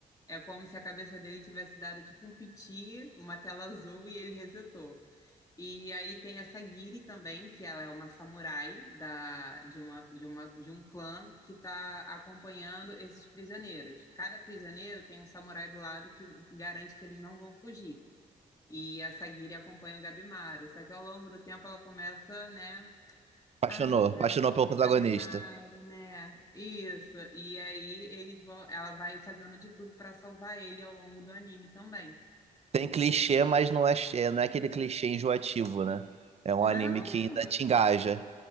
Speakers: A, on the left; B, on the right.
A: é como se a cabeça dele tivesse dado tipo um piti, uma tela azul e ele resetou. E aí tem essa Giri também, que ela é uma samurai da, de, uma, de, uma, de um clã que está acompanhando esses prisioneiros. Cada prisioneiro tem um samurai do lado que garante que eles não vão fugir. E essa Giri acompanha o Gabimaru. Só que ao longo do tempo ela começa, né?
B: Apaixonou,
A: Ai,
B: apaixonou
A: Ga-
B: pelo protagonista.
A: Gabimaru, né? Isso. E aí eles vão, ela vai fazendo de tudo para salvar ele ao longo do anime também.
B: Tem clichê, mas não é, che- não é aquele clichê enjoativo, né? É um
A: Não!
B: anime que ainda te engaja.